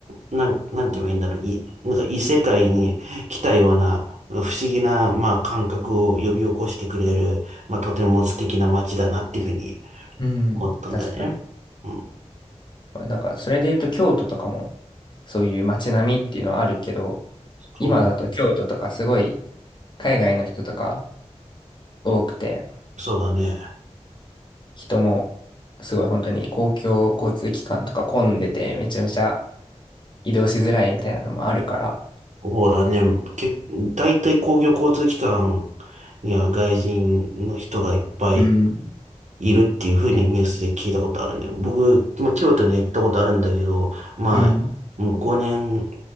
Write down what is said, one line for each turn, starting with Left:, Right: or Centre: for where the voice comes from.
Right: なん、なんて言えばいいんだろう、い、なんか、異世界に来たような、不思議な、まあ、感覚を呼び起こしてくれる、まあ、とても素敵な街だなっていうふうに
Left: うん、
Right: 思ったんだよね。
Left: 確かに。
Right: うん。
Left: なんか、それで言うと京都とかも、そういう街並みっていうのはあるけど、
Right: そう、
Left: 今だと京都とかすごい海外の人とか多くて、
Right: そうだね。
Left: 人もすごい本当に公共交通機関とか混んでて、めちゃめちゃ移動しづらいみたいなのもあるから、
Right: そうだね。け、大体公共交通機関には外人の人がいっぱい
Left: うん、
Right: いるっていうふうにニュースで聞いたことあるね。僕、まあ、京都には行ったことあるんだけど、まあ、
Left: うん、
Right: もう5年